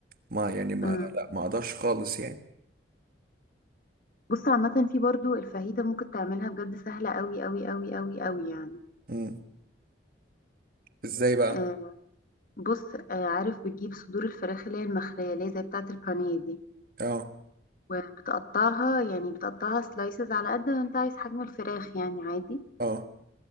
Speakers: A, on the right (about 50°); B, on the left (about 50°).
A: ما يعني ما
B: امم
A: لا ما اقدرش خالص يعني
B: بص عامة في برضو الفاهيتة ممكن تعملها بجد سهلة أوي أوي أوي أوي أوي يعني
A: مم. ازاي بقى
B: آه بص آه عارف بتجيب صدور الفراخ اللي هي المخلية اللي هي زي بتاعة البانيه دي
A: اه
B: وبتقطعها يعني بتقطعها سلايسز على قد ما أنت عايز حجم الفراخ يعني عادي
A: اه